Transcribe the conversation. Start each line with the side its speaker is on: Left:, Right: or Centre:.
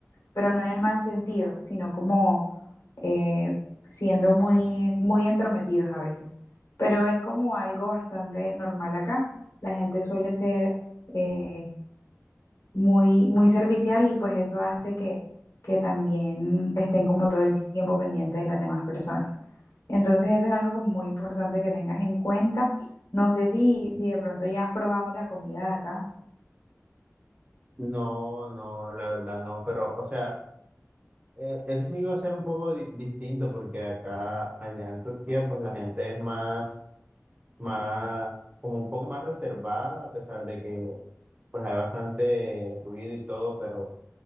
Left: pero no en el mal sentido, sino como eh, siendo muy, muy entrometidos a veces. Pero es como algo bastante normal acá. La gente suele ser eh, muy, muy servicial y pues eso hace que, que también estén como todo el tiempo pendiente de las demás personas. Entonces eso es algo como muy importante que tengas en cuenta. No sé si, si de pronto ya has probado la comida de acá.
Right: No, no, la verdad no, pero, o sea, eh, eso sí iba a ser un poco di- distinto porque acá, allá en Turquía, pues la gente es más más, como un poco más reservada, a pesar de que pues hay bastante ruido y todo, pero